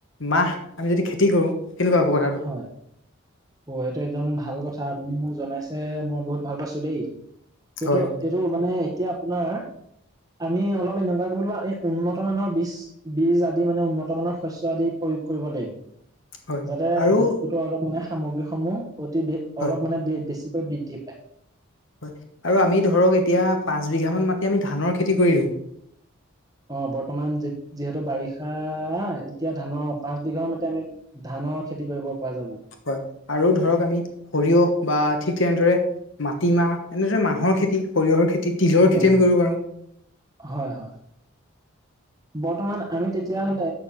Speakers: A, on the left; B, on the right.
A: মাহ আমি যদি খেতি কৰো। কেনেকুৱা হব কথাটো?
B: হয়। অ', এইটো একদম ভাল কথা আপুনি মোক জনাইছে মই বহুত ভাল পাইছো দেই। সেইটো
A: হয়
B: এইটো মানে এতিয়া আপোনাৰ আমি অলপ এনেকুৱা কৰিব লাগিব। আমি উন্নত মানৰ বীজ, বীজ আদি মানে উন্নত মানৰ শস্য আদি প্ৰয়োগ কৰিব লাগিব।
A: হয়
B: যাতে
A: আৰু
B: বস্তুতো অলপ মানে সামগ্ৰীসমূহ অতি বেছি,
A: হয়
B: অলপ মানে বেছিকৈ বৃদ্ধি পায়।
A: হয়, আৰু আমি ধৰক এতিয়া পাঁচ বিঘামান মাতি আমি ধানৰ খেতি কৰি দিওঁ।
B: অ', বৰ্তমান যিহেতু বাৰিষা এতিয়া ধানৰ পাঁচ বিঘা মাটি আমি ধানৰ খেতি কৰিব পৰা যাব।
A: হয়, আৰু ধৰক আমি সৰিয়হ বা ঠিক তেনেদৰে মাটিমাহ এনেদৰে মাহৰ খেতি, সৰিয়হৰ খেতি তিলৰ
B: <unintelligible>
A: খেতি আমি কৰিব পাৰো
B: হয়-হয়। বৰ্তমান আমি <unintelligible> তেতিয়াহলে